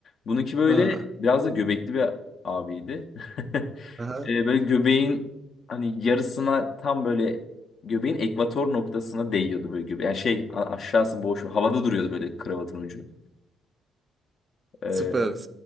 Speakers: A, on the left; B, on the right.
A: Bununki böyle
B: Ha.
A: biraz da göbekli bir abiydi. <laughs>
B: Aha.
A: E, böyle göbeğin hani yarısına tam böyle göbeğin ekvator noktasına değiyordu böyle gibi. Yani şey a- aşağısı boş havada duruyordu böyle kravatın ucu. E,
B: Süper. Süper